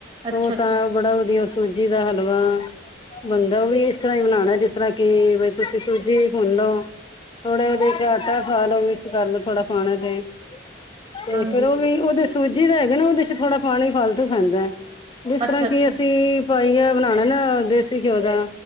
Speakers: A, on the left; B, on the right.
A: ਉਹ
B: ਅੱਛਾ ਅੱਛਾ
A: ਤਾਂ ਬੜਾ ਵਧੀਆ ਸੂਜੀ ਦਾ ਹਲਵਾ ਬੰਦਾ ਉਹ ਵੀ ਇਸ ਤਰ੍ਹਾਂ ਹੀ ਬਨਾਉਣਾ ਜਿਸ ਤਰ੍ਹਾਂ ਕਿ ਬਈ ਤੁਸੀਂ ਸੂਜੀ ਵੀ ਪੁੰਨ ਲਓ ਥੋੜਾ ਚ ਆਟਾ ਪਾ ਲਓ ਮਿਕਸ ਕਰ ਲਓ ਥੋੜਾ ਪਾਣਾ ਟਾਈਮ ਤੇ
B: ਹਾਂਜੀ
A: ਫਿਰ ਉਹ ਵੀ ਉਹਦੇ ਸੂਜੀ ਦਾ ਹੈਗਾ ਨਾ ਉਹਦੇ ਚ ਥੋੜਾ ਪਾਣੀ ਫਲਤੂ ਫੈਂਦਾ ਜਿਸ ਤਰ੍ਹਾਂ
B: ਅੱਛਾ
A: ਕਿ
B: ਅੱਛਾ
A: ਅਸੀਂ ਪਾਈਆ ਬਣਾਉਣਾ ਨਾ ਦੇਸੀ ਘਿਓ ਦਾ